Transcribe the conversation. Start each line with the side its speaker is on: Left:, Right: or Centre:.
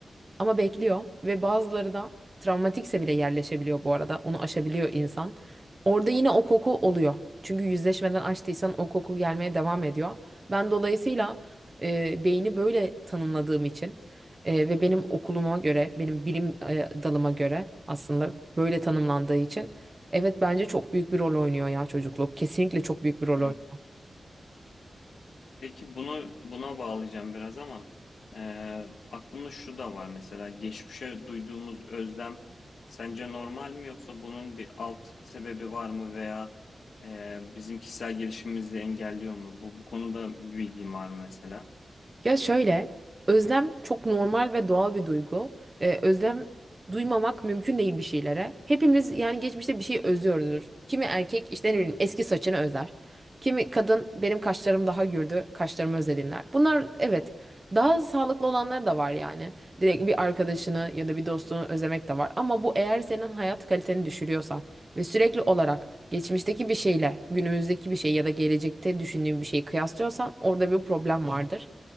Right: Ama bekliyor ve bazıları da travmatikse bile yerleşebiliyor bu arada. Onu aşabiliyor insan. Orada yine o koku oluyor. Çünkü yüzleşmeden açtıysan o koku gelmeye devam ediyor. Ben dolayısıyla e, beyni böyle tanımladığım için e, ve benim okuluma göre, benim bilim e, dalıma göre aslında böyle tanımlandığı için evet bence çok büyük bir rol oynuyor ya çocukluk. Kesinlikle çok büyük bir rol oynuyor.
Left: hı. Peki bunu buna bağlayacağım biraz ama ee, aklımda şu da var mesela geçmişe duyduğumuz özlem sence normal mi yoksa bunun bir alt sebebi var mı veya ee, bizim kişisel gelişimimizi engelliyor mu? Bu, bu konuda bir bilgin var mı mesela?
Right: Ya şöyle, özlem çok normal ve doğal bir duygu. Ee, özlem duymamak mümkün değil bir şeylere. Hepimiz yani geçmişte bir şey özlüyoruzdur. Kimi erkek işte ne bileyim eski saçını özler. Kimi kadın benim kaşlarım daha gürdü, kaşlarımı özledim der. Bunlar evet daha sağlıklı olanları da var yani. Direkt bir arkadaşını ya da bir dostunu özlemek de var. Ama bu eğer senin hayat kaliteni düşürüyorsa ve sürekli olarak geçmişteki bir şeyle günümüzdeki bir şey ya da gelecekte düşündüğün bir şeyi kıyaslıyorsan orada bir problem vardır